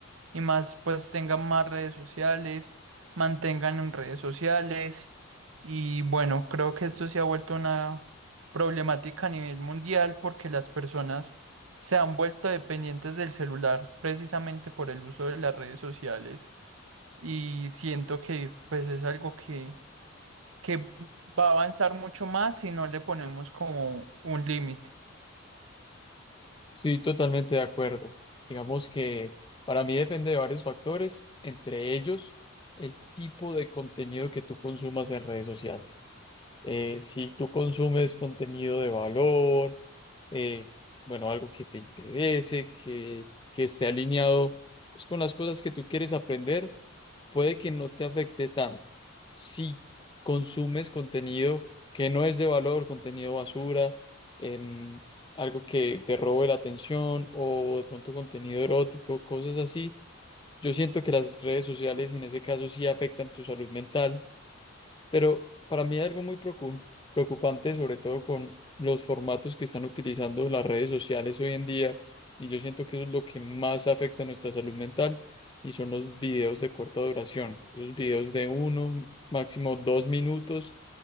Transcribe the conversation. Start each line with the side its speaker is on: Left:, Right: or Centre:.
Right: y más pues tengan más redes sociales, mantengan en redes sociales y bueno, creo que esto se ha vuelto una problemática a nivel mundial porque las personas se han vuelto dependientes del celular precisamente por el uso de las redes sociales y siento que pues es algo que, que va a avanzar mucho más si no le ponemos como un límite.
Left: Sí, totalmente de acuerdo. Digamos que para mí depende de varios factores, entre ellos el tipo de contenido que tú consumas en redes sociales. eh, si tú consumes contenido de valor, eh, bueno, algo que te interese, que, que esté alineado pues, con las cosas que tú quieres aprender, puede que no te afecte tanto. Si consumes contenido que no es de valor, contenido basura, em, algo que te robe la atención o de pronto contenido erótico, cosas así, yo siento que las redes sociales en ese caso sí afectan tu salud mental pero para mí hay algo muy preocu- preocupante, sobre todo con los formatos que están utilizando las redes sociales hoy en día, y yo siento que eso es lo que más afecta a nuestra salud mental, y son los videos de corta duración, esos videos de uno, máximo dos minutos,